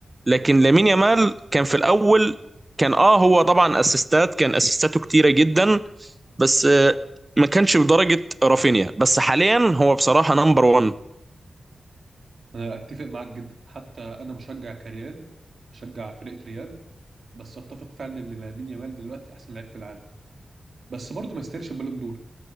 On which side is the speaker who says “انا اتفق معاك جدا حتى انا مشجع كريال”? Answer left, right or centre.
Right